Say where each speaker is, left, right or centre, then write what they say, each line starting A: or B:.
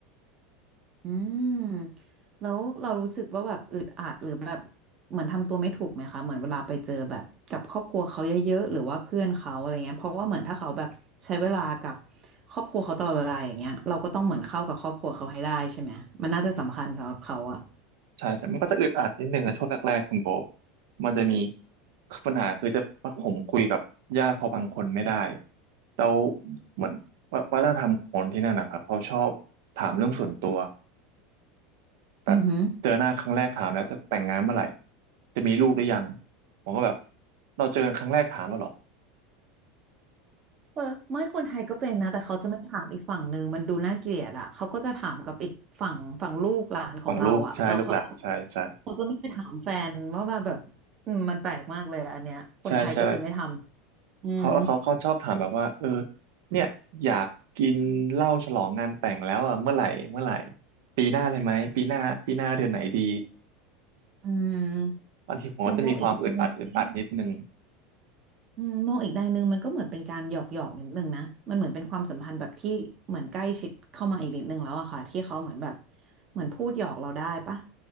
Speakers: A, on the right; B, on the right.
A: อืมแล้วเรารู้สึกว่าแบบอึดอัดหรือแบบเหมือนทำตัวไม่ถูกไหมคะเหมือนเวลาไปเจอแบบกับครอบครัวเขาเยอะๆหรือว่าเพื่อนเขาอะไรเงี้ยเพราะว่าเหมือนถ้าเขาแบบใช้เวลากับครอบครัวเขาตลอดเวลาอย่างเงี้ยเราก็ต้องเหมือนเข้ากับครอบครัวเขาให้ได้ใช่ไหมมันน่าจะสำคัญสำหรับเขาอะ
B: ใช่ใช่มันก็จะอึดอัดนิดนึงในช่วงแรกๆคุณโบมันจะมีปัญหาคือจะผมคุยกับญาติเขาบางคนไม่ได้แล้วเหมือนว่าวัฒนธรรมของคนที่นั่นนะครับเขาชอบถามเรื่องส่วนตัวแบบเจอหน้าครั้งแรกถามแล้วจะแต่งงานเมื่อไหร่
A: อือหือ
B: จะมีลูกหรือยังผมก็แบบเราเจอกันครั้งแรกถามแล้วเหรอ
A: เออไม่คนไทยก็เป็นนะแต่เขาจะไม่ถามอีกฝั่งหนึ่งมันดูน่าเกลียดอ่ะเขาก็จะถามกับอีกฝั่งฝั่งลูกหลานของเราอ่ะเราเขา
B: ฝั่งลูกใช่ลูกหลานใช่ใช่
A: เขาจะไม่ไปถามแฟนว่ามาแบบอืมมันแปลกมากเลยอันเนี้ยคนไทยก็จะไม่ทำอืม
B: ใช่ใช่เขาเขาเขาชอบถามแบบว่าเออเนี่ยอยากกินเหล้าฉลองงานแต่งแล้วอ่ะเมื่อไหร่เมื่อไหร่ปีหน้าเลยไหมปีหน้าปีหน้าเดือนไหนดี
A: อืม
B: บางทีผมก็จะมีความอึดอัดอึดอัดนิดนึง
A: แต่มองอีกในหนึ่งอืมมองอีกในหนึ่งมันก็เหมือนเป็นการหยอกหยอกนิดนึงนะมันเหมือนเป็นความสัมพันธ์แบบที่เหมือนใกล้ชิดเข้ามาอีกนิดนึงแล้วอะค่ะที่เขาเหมือนแบบเหมือนพูดหยอกเราได้ปะ